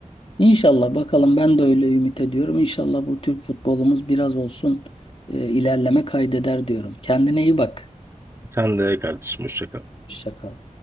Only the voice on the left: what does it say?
İnşallah bakalım ben de öyle ümit ediyorum. İnşallah bu Türk futbolumuz biraz olsun e, ilerleme kaydeder diyorum. Kendine iyi bak.
Şaka.